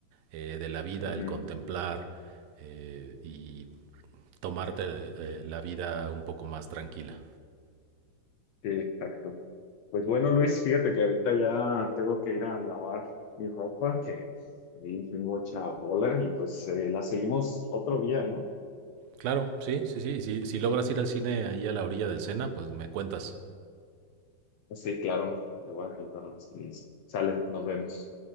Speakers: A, on the right (about 80°); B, on the left (about 65°).
A: eh, de la vida,
B: ujú.
A: el contemplar eh, y tomarte de- de la vida un poco más tranquila.
B: Sí, exacto. Pues bueno, Luis, fíjate que ahorita ya tengo que ir a lavar mi ropa, que vi tengo mucha bola, y pues eh, la seguimos otro día, ¿no?
A: Claro, sí, sí, sí. Si, si logras ir al cine ahí a la orilla del Sena, pues me cuentas.
B: Sí, claro, te voy a contar. Sí, sale, nos vemos.